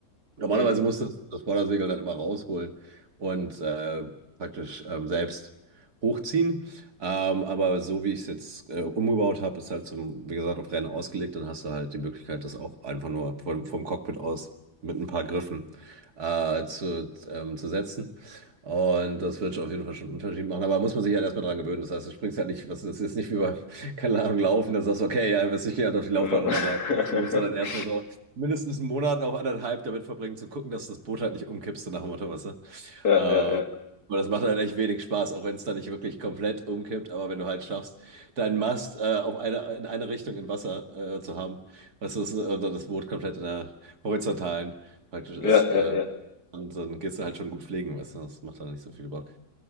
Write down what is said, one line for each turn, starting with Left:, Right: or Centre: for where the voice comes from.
Right: Normalerweise
Left: mhm,
Right: musste das, das Vordersegel dann immer rausholen und äh, praktisch ähm, selbst hochziehen. Ähm, aber so wie ich es jetzt äh, umgebaut habe, ist halt zum, wie gesagt, auf Rennen ausgelegt. Dann hast du halt die Möglichkeit, das auch einfach nur vom, vom Cockpit aus mit ein paar Griffen äh, zu, ähm, zu setzen. Und das wird auf jeden Fall schon einen Unterschied machen. Aber muss man sich halt erstmal dran gewöhnen. Das heißt, du springst halt nicht, was das ist jetzt nicht wie beim, <laughs> keine Ahnung, Laufen, dass du sagst, okay, ja, was ich gehe halt auf die Laufbahn
Left: ja.
Right: und renne. leider. Du musst
Left: <laughs>
Right: dann erstmal so mindestens einen Monat, auch anderthalb damit verbringen, zu gucken, dass das Boot halt nicht umkippt, so nach dem Motto, weißt du?
Left: Ja,
Right: Äh,
Left: ja, ja.
Right: und das macht halt echt wenig Spaß, auch wenn es dann nicht wirklich komplett umkippt, aber wenn du halt schaffst, deinen Mast äh, auf eine, in eine Richtung im Wasser äh, zu haben, weißt du, das- und dann das Boot komplett in der horizontalen praktisch ist,
Left: Ja, ja,
Right: äh,
Left: ja.
Right: und dann gehst du halt schon gut pflegen, weißt du? Das macht dann nicht so viel Bock.